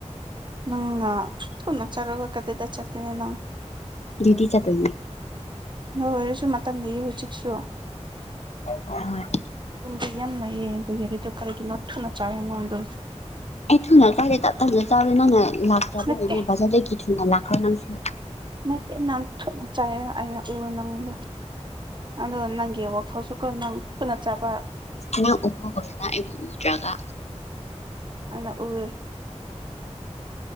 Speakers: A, on the right; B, on the left.
A: ꯅꯪꯅꯥ ꯊꯨꯅꯥ ꯆꯔꯒ ꯀꯗꯗ ꯆꯀꯤꯍꯥꯏꯅꯣ
B: ꯗꯌꯨꯇꯤ ꯆ ꯇ
A: ꯅꯣꯏ ꯑꯣꯏꯔꯁꯨ ꯃꯇꯝ ꯍꯧꯖꯤꯛꯁꯨ
B: ꯍꯣꯏ ꯍꯣꯏ
A: ꯄꯨꯪꯗꯣ ꯌꯥꯝ ꯂꯩꯑꯌꯦ ꯑꯗꯨꯒꯤ ꯑꯗꯨꯗ ꯀꯔꯤꯒꯤꯅꯣ ꯊꯅ ꯆꯥꯏꯦ ꯅꯥꯪꯗꯣ
B: ꯑꯦ ꯊꯨꯅ ꯆꯥꯗꯦ ꯇꯞ ꯇꯥꯟꯁꯨ ꯆꯥꯕꯔꯦ ꯅꯪꯅ ꯂꯥꯛꯇ꯭ꯔꯕꯅꯦꯅꯦ
A: ꯅꯠꯇꯦ
B: ꯕꯖꯔꯗꯒꯤ ꯊꯨꯅ ꯂꯥꯛꯈ꯭ꯔꯣ ꯅꯪꯁꯨ
A: ꯅꯠꯇ ꯅꯅꯥꯝꯊꯅ ꯆꯥ ꯑꯩꯅ ꯎꯔ ꯅꯉꯗ ꯑꯗ ꯅꯪꯒꯤ ꯋꯥꯈꯜꯁꯨꯀꯣ ꯅꯪ ꯊꯨꯅꯥ ꯆꯥꯕ
B: ꯅꯡ ꯎꯕ ꯑꯩꯕꯨ ꯌꯗꯔꯒ
A: ꯑꯩꯅꯥ ꯎꯋꯦ